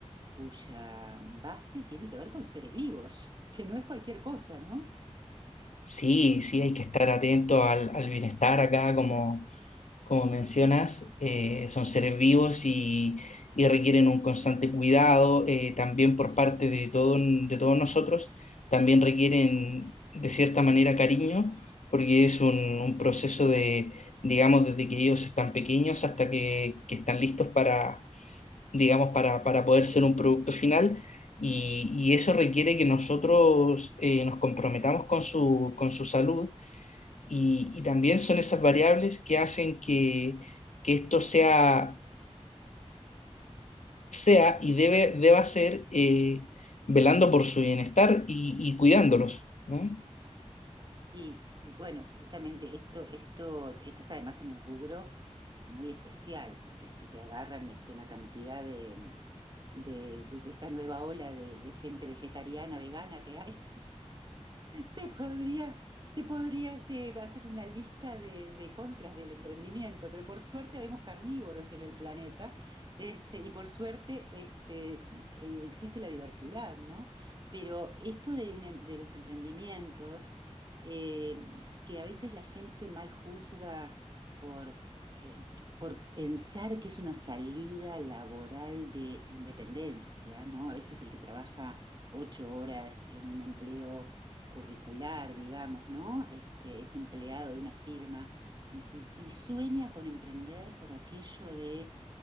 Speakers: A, on the right (about 40°); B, on the left (about 85°).
A: cuya base tiene que ver con seres vivos, <laughs> que no es cualquier cosa, ¿no?
B: Sí, sí, hay que estar atento al, al bienestar acá como, como mencionas, eh, son seres vivos y, y requieren un constante cuidado, eh, también por parte de, todo, de todos nosotros, también requieren de cierta manera cariño, porque es un, un proceso de, digamos, desde que ellos están pequeños hasta que, que están listos para, digamos, para, para poder ser un producto final. Y, y eso requiere que nosotros eh, nos comprometamos con su, con su salud y, y también son esas variables que hacen que, que esto sea, sea y debe, deba ser eh, velando por su bienestar y, y cuidándolos, ¿no?
A: Sí, y bueno, justamente esto, esto, estás además en un rubro muy especial, porque si te agarran este, una cantidad de, de, de- de esta nueva ola de, de gente vegetariana, vegana que hay, Te podría, te podría este, hacer una lista de, de contras del emprendimiento, pero por suerte vemos carnívoros en el planeta, este, y por suerte este, eh, existe la diversidad, ¿no? Pero esto de, un em- de los emprendimientos, eh, que a veces la gente mal juzga por, eh, por pensar que es una salida laboral de independencia, ¿no? A veces el que trabaja ocho horas en un empleo curricular, digamos, ¿no? Este, es empleado de una firma y, y- y sueña con emprender por aquello de